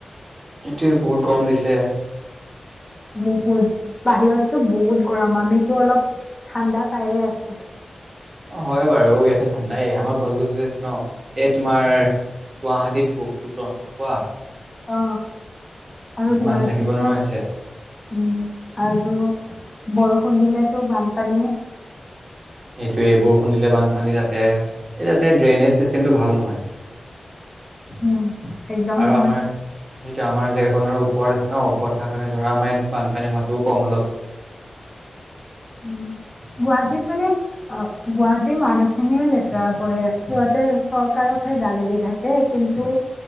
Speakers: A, on the right (about 40°); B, on the left (about 25°).
A: সেটোয়ে বহুত গম দিছে।
B: বহুত বাহিৰতো বহুত গৰম আমিতো অলপ ঠাণ্ডা পাইয়ে আছো।
A: অ হয় বাৰু ইয়াতে ঠাণ্ডাই আমাৰ গছ গছ আছে ন। এই তোমাৰ গুৱাহাটীত বহুত গম গম পোৱা
B: অ আৰু গুৱাহাটীত
A: মানুহ থাকিব নোৱাৰা হৈছে
B: উম আৰু বৰষুণ দিলেতো বানপানীয়ে
A: সেইটো এ বৰষুণ দিলে বানপানী তাতে এই টাতে ড্ৰেইনেজ চিষ্টেমটো ভাল নহয়
B: উম একদম
A: আৰু
B: নহয়
A: আমাৰ সেইটো আমাৰ জেগাখনৰ ওপৰত আছে ন ওপৰত থকা কাৰণে ধৰা আমাৰ ইয়াত বানপানী হোৱাটোও কম অলপ
B: উ গুৱাহাটীত মানে অ গুৱাহাটীৰ মানুহখিনিয়ে লেতেৰা কৰে সিহঁতে চৰকাৰকহে গালি দি থাকে কিন্তু